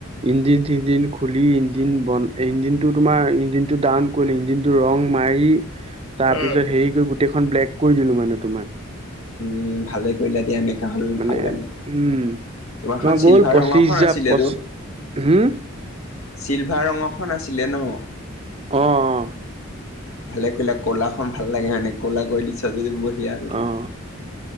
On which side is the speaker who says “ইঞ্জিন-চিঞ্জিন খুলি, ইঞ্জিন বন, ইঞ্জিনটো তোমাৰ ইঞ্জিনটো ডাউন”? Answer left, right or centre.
Right